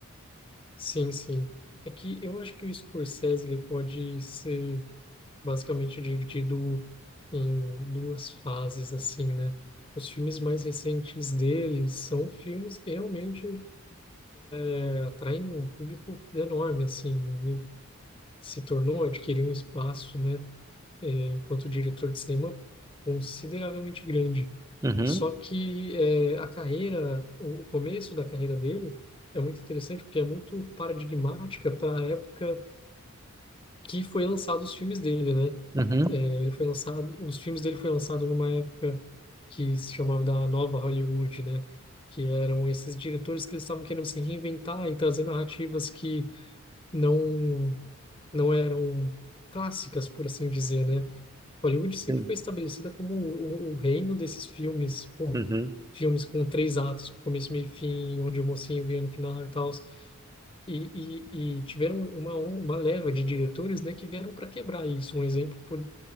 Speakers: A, on the left; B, on the right.
A: Sim, sim. É que eu acho que o Scorsese ele pode ser basicamente dividido em duas fases, assim, né? Os filmes mais recentes dele são filmes que realmente é, atraem um público enorme, assim. Ele se tornou, adquiriu um espaço, né? eh, enquanto diretor de cinema consideravelmente grande.
B: Uhum,
A: Só que é, a carreira, o o começo da carreira dele é muito interessante porque é muito paradigmática para a época que foi lançado os filmes dele, né?
B: uhum,
A: É, ele foi lançado, os filmes dele foi lançado numa época que se chamava da Nova Hollywood, né? Que eram esses diretores que eles estavam querendo se reinventar e trazer narrativas que não não eram clássicas, por assim dizer, né? Hollywood sempre
B: sim,
A: foi estabelecida como o, o reino desses filmes, pô,
B: uhum.
A: filmes com três atos, com começo, meio e fim, onde o mocinho ganha no final e tal. E, e, e tiveram uma, uma leva de diretores, né, que vieram para quebrar isso. Um exemplo po-